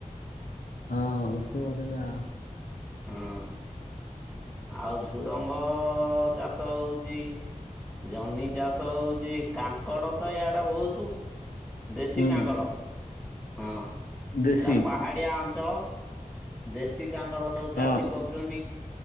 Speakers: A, on the left; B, in the centre.
A: ହଁ ହୋଉଥିବ ସେବା।
B: ହଁ। ଆଉ ଝୁଡଙ୍ଗ ଚାଷ ହଉଚି। ଜହ୍ନି ଚାଷ ହଉଚି, କାଙ୍କଡ଼ ତ ଇଆଡ଼େ ବହୁତୁ। ଦେଶୀ
A: ହୁଁ।
B: କାଙ୍କଡ଼। ହଁ,
A: ଦେଶୀ
B: ଏଟା ପାହାଡିଆ ଅଞ୍ଚଳ। ଦେଶୀ କାଙ୍କଡ଼ ସବୁ
A: ହଁ।
B: ଚାଷୀ କରୁଛନ୍ତି।